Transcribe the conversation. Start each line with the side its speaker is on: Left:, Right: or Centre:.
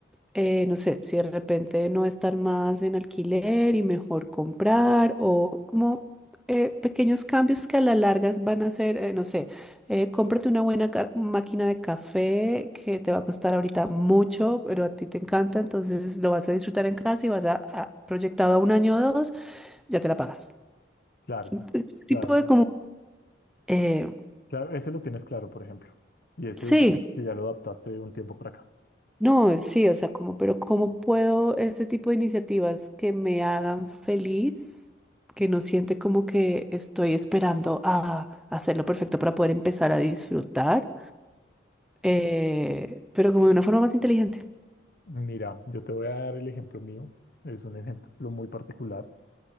Centre: eh, no sé, si de repente no estar más en alquiler y mejor comprar o como eh, pequeños cambios que a la larga van a ser, eh, no sé, eh, cómprate una buena ca- máquina de café que te va a costar ahorita mucho, pero a ti te encanta, entonces lo vas a disfrutar en casa y vas a, a- proyectado a un año o dos, ya te la pagas.
Left: Claro,
Centre: Ent- Ese tipo
Left: claro,
Centre: de como, eh,
Left: claro. Ese lo tienes claro, por ejemplo. Y ese
Centre: sí.
Left: yo creo que ya lo adaptaste de un tiempo para acá.
Centre: No, sí, o sea, como, pero ¿cómo puedo este tipo de iniciativas que me hagan feliz, que no siente como que estoy esperando a hacerlo perfecto para poder empezar a disfrutar, eh, pero como de una forma más inteligente?
Left: Mira, yo te voy a dar el ejemplo mío. Es un ejemplo muy particular.